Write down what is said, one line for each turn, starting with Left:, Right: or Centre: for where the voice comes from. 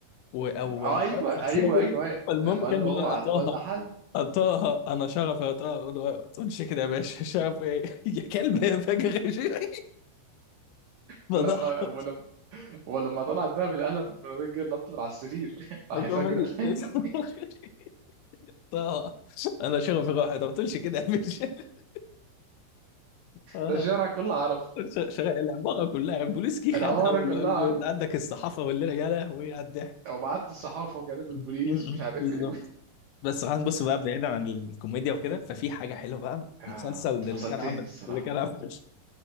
Left: و... او
Right: آه،
Left: مش
Right: ايوه
Left: عارف شخصية
Right: ايوه
Left: كده
Right: ايوه أيوة.
Left: فالمهم
Right: لما
Left: كان
Right: قال له
Left: بيقول
Right: اوعى
Left: لها طه
Right: تقول لحد
Left: طه انا شرف يا طه أقول له ما تقولش كده يا باشا شرف ايه <laughs> يا كلب يا فجر <laughs> يا شيخ. فضحك
Right: ولما ولما ولما طلعت ده بالقلم الراجل نط من على السرير <laughs> اه
Left: أكمل
Right: يا فجره
Left: <laughs>
Right: <laughs>
Left: طه انا شرف راحت ما تقولش كده يا باشا <laughs> آه.
Right: ده الشارع كله عرف
Left: ش- شغال العباره كلها بوليسكي
Right: العماره
Left: خدها واللي
Right: كلها
Left: قال له
Right: عرف
Left: اللي عندك الصحافه والليله يا لهوي على الضحك
Right: وبعت للصحافه وجانب
Left: مم.
Right: البوليس
Left: م-م.
Right: ومش عارف
Left: بالظبط
Right: ايه
Left: بس خلينا نبص بقى بعيدا عن الكوميديا وكده ففي حاجه حلوه بقى
Right: <laughs> اه
Left: مسلسل
Right: انت فصلتني
Left: اللي كان عمل
Right: الصراحه
Left: اللي كان عمل